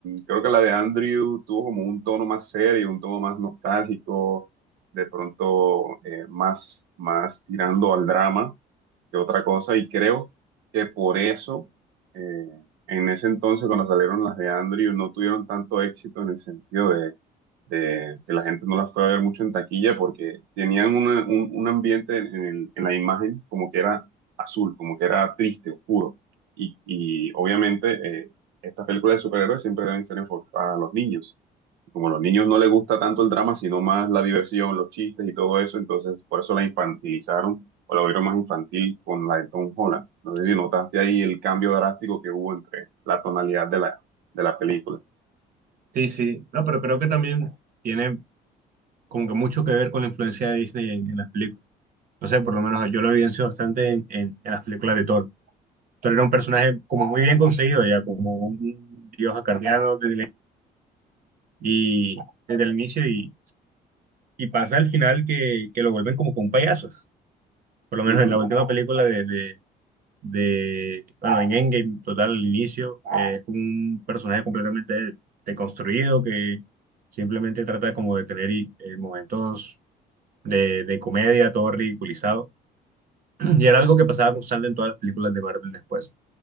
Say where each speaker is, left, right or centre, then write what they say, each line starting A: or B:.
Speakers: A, on the right; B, on the right.
A: creo que la de Andrew tuvo como un tono más serio, un tono más nostálgico, de pronto eh, más, más tirando al drama que otra cosa y creo que por eso eh, en ese entonces cuando salieron las de Andrew no tuvieron tanto éxito en el sentido de, de que la gente no las fue a ver mucho en taquilla porque tenían una- un, un ambiente en, el- en la imagen como que era azul, como que era triste, oscuro y, y obviamente eh, estas películas de superhéroes siempre deben ser enfocadas a los niños. Y como a los niños no les gusta tanto el drama, sino más la diversión, los chistes y todo eso, entonces por eso la infantilizaron o lo vieron más infantil con la de Tom Holland. No sé si notaste ahí el cambio drástico que hubo entre la tonalidad de la, de la película.
B: Sí, sí. No, pero creo que también tiene como que mucho que ver con la influencia de Disney en en las películas. No sé, por lo menos yo lo evidencio bastante en, en- en las películas de Thor. Thor era un personaje como muy bien conseguido, ya como un dios acarreado desde el, y, desde el inicio y, y pasa al final que, que lo vuelven como con payasos. Por lo menos
A: <laughs>
B: en la última película de, de, de- bueno, en Endgame, total, al inicio, eh, es como un personaje completamente deconstruido que simplemente trata como de tener y- eh, momentos de, de comedia, todo ridiculizado. <clears throat> Y era algo que pasaba constante en todas las películas de Marvel después.